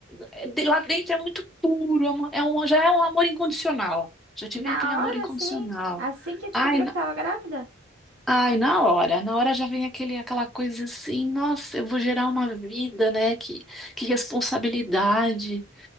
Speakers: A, in the centre; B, on the right.
A: é, de- lá dentro é muito puro, é uma- é um, já é um amor incondicional.
B: <laughs>
A: Já te
B: Na
A: vem aquele amor
B: hora,
A: incondicional.
B: assim. Assim que descobriu
A: Ai, na,
B: que tava grávida.
A: ai, na hora, na hora já vem aquele, aquela coisa assim, nossa, eu vou gerar uma vida, né? Que, que responsabilidade.